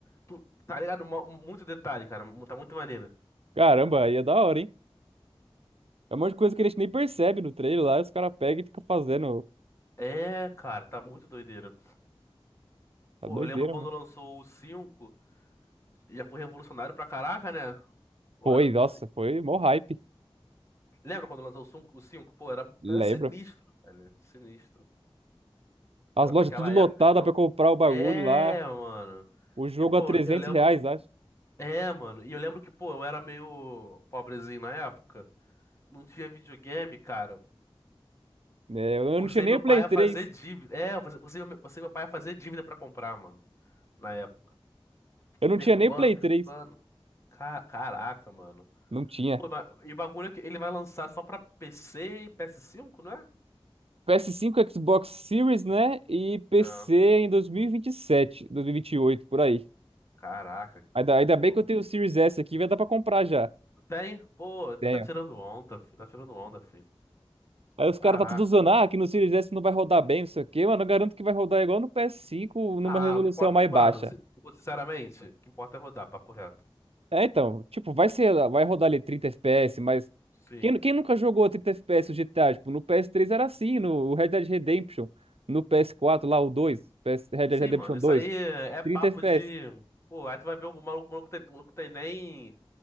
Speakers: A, on the left (about 30°); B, on the right (about 75°).
A: Tu- tá ligado? Mu- Muito detalhe, cara, mu- tá muito maneiro.
B: Caramba, aí é da hora, hein? É um monte de coisa que a gente nem percebe no trailer lá, e os caras pegam e ficam fazendo.
A: É, cara, tá muito doideira.
B: Tá
A: Pô,
B: doideira,
A: eu lembro quando
B: mano.
A: lançou o cinco Já foi revolucionário pra caraca, né? Agora
B: Foi,
A: eu não
B: nossa,
A: sei.
B: foi mó hype.
A: Lembra quando lançou o 5? O cinco? Pô, era,
B: Lembra?
A: era sinistro, velho. Sinistro.
B: As
A: Era
B: lojas
A: pra aquela
B: tudo lotadas
A: época, então.
B: pra comprar o bagulho
A: É,
B: lá.
A: mano.
B: O jogo
A: E, pô,
B: a trezentos
A: eu lembro.
B: reais, acho.
A: É, mano. E eu lembro que, pô, eu era meio pobrezinho na época. Não tinha videogame, cara.
B: É, eu
A: Forcei
B: não tinha nem
A: meu
B: o Play
A: pai a
B: três.
A: fazer dívida. É, eu forcei forcei meu forcei meu pai a fazer dívida pra comprar, mano. Na época. Fiquei
B: Eu não
A: perturbando,
B: tinha nem o Play
A: perturbando.
B: 3.
A: Ca- Caraca, mano.
B: Não tinha.
A: Pô, mas- e o bagulho é que ele vai lançar só pra PC e PS5, não é?
B: ps cinco, Xbox Series, né? E PC
A: Ah,
B: em dois dois mil mil e vinte e sete, dois mil e vinte vinte sete, e oito, por aí.
A: caraca.
B: Ainda, ainda
A: Pô,
B: bem que eu tenho o Series S aqui, vai dar pra comprar já.
A: tem? Pô, então
B: Tem.
A: tá tirando onda, filho. Tá tirando onda, filho.
B: Aí os
A: Caraca.
B: caras tá tudo usando, ah, que no Series S não vai rodar bem, não sei o quê, mano. Eu garanto que vai rodar igual no PS5, numa
A: Ah,
B: resolução
A: o que importa.
B: mais
A: Mano,
B: baixa.
A: si- pô, sinceramente, o que importa é rodar, papo reto.
B: É, então, tipo, vai ser, vai rodar ali 30 FPS, mas
A: Sim.
B: quem, quem nunca jogou 30 FPS o GTA? Tipo, no PS3 era assim, no Red Dead Redemption, no PS4 lá, o 2, PS, Red Dead
A: Sim,
B: Redemption
A: mano, isso
B: 2,
A: aí é
B: 30
A: papo
B: FPS.
A: de. Pô, aí tu vai ver o maluco, o maluco tem, o maluco tem nem